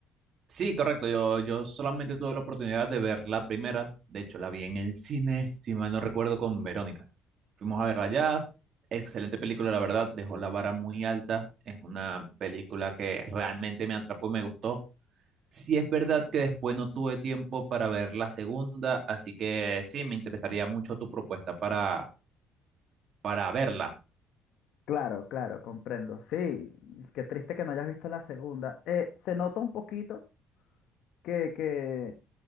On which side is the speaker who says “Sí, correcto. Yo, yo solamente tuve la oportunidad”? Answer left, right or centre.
Right